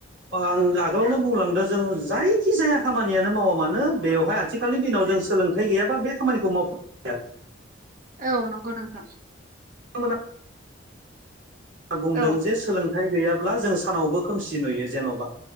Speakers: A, on the right (about 85°); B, on the right (about 45°).
A: आ आगोलावनो बुंलांदों जों जायखि जाया खामानियानो मावा मानो बेवहाय आथिखालनि दिनाव जों सोलोंथाइ गैयाबा बे खामानिखौ मावफ औ।
B: औ नंगौ नोंथां।
A: नामना <unintelligible> बुंदों
B: औ
A: जे सोलोंथाइ गैयाब्ला जों सानावबो खोमसि नुयो जेन'बा।